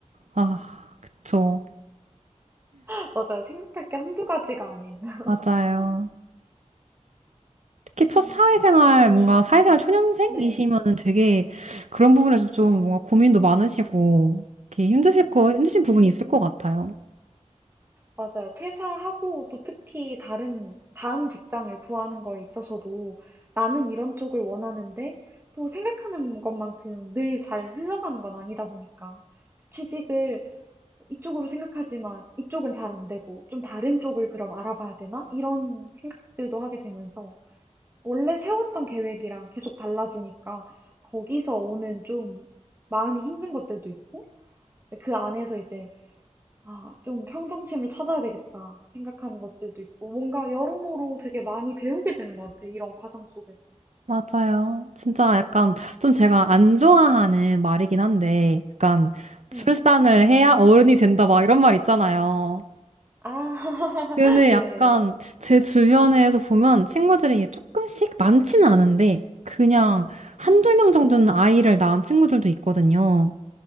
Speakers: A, on the right; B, on the right.
A: 아, 그쵸.
B: <laughs> 맞아요. 생각할 게 한두 가지가 아닌. <laughs>
A: 맞아요. 특히 첫
B: 아,
A: 사회생활,
B: 그러면,
A: 뭔가 사회생활 초년생이시면은
B: 네.
A: 되게 그런 부분에서 좀 뭔가 고민도 많으시고, 이렇게 힘드실 거, 힘드신
B: 음.
A: 부분이 있을 것 같아요.
B: 맞아요. 퇴사하고 또 특히 다른, 다음 직장을 구하는 거에 있어서도 나는 이런 쪽을 원하는데 또 생각하는 것만큼 늘 잘 흘러가는 건 아니다 보니까 또 취직을 이쪽으로 생각하지만 이쪽은 잘 안 되고 좀 다른 쪽을 그럼 알아봐야 되나? 이런 생각들도 하게 되면서 원래 세웠던 계획이랑 계속 달라지니까 거기서 오는 좀 마음이 힘든 것들도 있고 그 안에서 이제 아, 좀 평정심을 찾아야 되겠다 생각하는 것들도 있고, 뭔가 여러모로 되게 많이 배우게 되는 것 같아요. 이런 과정 속에서.
A: 맞아요. 진짜 약간 좀 제가 안 좋아하는 말이긴 한데, 약간
B: 네.
A: 출산을 해야 어른이 된다 막 이런 말 있잖아요.
B: 아,
A: 근데 약간
B: <laughs> 네.
A: 제 주변에서 보면 친구들이 이게 조금씩 많지는 않은데, 그냥 한두
B: 음,
A: 명 정도는 아이를 낳은 친구들도 있거든요.